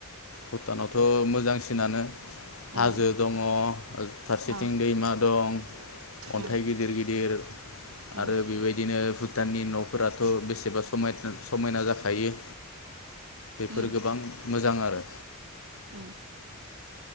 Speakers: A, on the left; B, on the right.
A: भुटानावथ' मोजां मोजांसिनानो।
B: उम
A: हाजो दङ फारसेथिं
B: अ
A: दैमा दं
B: उम
A: अन्थाइ गिदिर गिदिर।
B: उम
A: आरो बेबायदिनो भुटाननि न'फोराथ' बेसे सेबा समाय समायना जाखायो।
B: उम
A: फोर गोबां मोजां आरो।
B: उम